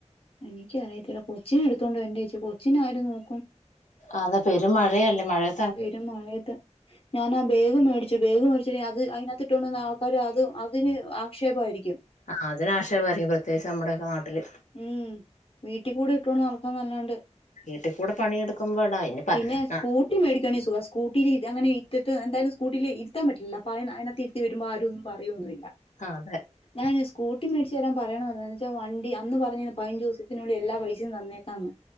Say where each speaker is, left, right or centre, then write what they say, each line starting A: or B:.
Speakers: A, on the left; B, on the left.
A: എനിക്ക്‌ അറിയത്തില്ല കൊച്ചിനെടുത്തോണ്ട് വരണ്ടേച്ചി കൊച്ചിനെ ആരു നോക്കും
B: അതാ പെരും മഴയല്ലേ മഴയ
A: പെരും മഴയത്ത് ഞാനാ ബേഗ് മേടിച്ചു. ബേഗ് മേടിച്ചതിന് അത് അയിനകത്ത് ഇട്ടോണ്ടന്ന ആൾക്കാര് അത് അതിന് ആക്ഷേപായിരിക്കും.
B: ആഹ് അതിന് ആക്ഷേപായിരിക്കും. പ്രത്യേകിച്ച് നമ്മടെ ഒക്കെ നാട്ടില്.
A: ഉം വീട്ടികൂടി ഇട്ടോണ്ട് നടക്ക്വാന്നല്ലാണ്ട്.
B: വീട്ടികൂടെ പണിയെടുക്കുമ്പോ ഇടാ ആയിനിപ്പ
A: പിന്നെ
B: അഹ്
A: സ്കൂട്ടി മേടിക്കാണെങ്കിൽ സുഖാ. സ്കൂട്ടിയില് ഇ അങ്ങനെ ഇത്തിത്തു എന്തായാലും സ്കൂട്ടിയിൽ ഇരുത്താൻ പറ്റില്ലലോ. അപ്പ അയിനാ അതിനകത്ത് ത്തി വരുമ്പോ ആരു ഒന്നും പറയൊന്നുമില്ല.
B: ആഹ് അതെ
A: ഞാൻ ഒര് സ്കൂട്ടി മേടിച്ചുതരാൻ പറയണോന്ന് വെച്ചാ വണ്ടി അന്ന് പറഞ്ഞി പയിഞ്ചുസത്തിനുള്ളി എല്ലാ പൈസയും തന്നേക്കാന്ന്.